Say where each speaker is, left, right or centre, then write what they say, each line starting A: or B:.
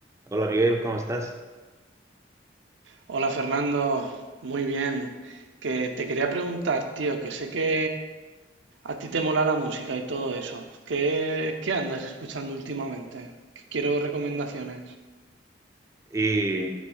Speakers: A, on the right (about 15°); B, on the right (about 75°).
A: Hola Miguel, ¿cómo estás?
B: Hola Fernando, muy bien. Que te quería preguntar, tío, que sé que a ti te mola la música y todo eso. ¿Qué, qué andas escuchando últimamente? Que quiero recomendaciones.
A: Y